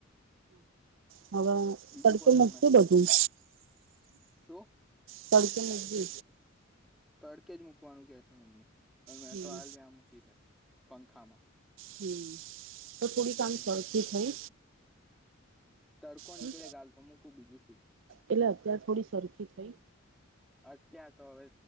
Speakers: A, on the right; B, in the centre.
A: હા હવે
B: બીજું
A: તડકે
B: કહો
A: મુકત
B: તમે
A: બધું
B: શું
A: તડકે મૂકજે
B: તડકે જ મૂકવાનું કે છે મમ્મી પણ મેં
A: હમ
B: તો હાલ્યા મૂકી હે પંખામાં
A: હમ તો થોડી
B: હમ
A: આમ સરખુ થયું
B: તડકો
A: હમ
B: નીકળે હાલ તો મૂકું બીજું શું
A: એટલે અત્યાર થોડી સરખી થઈ
B: અત્યાર તો હવે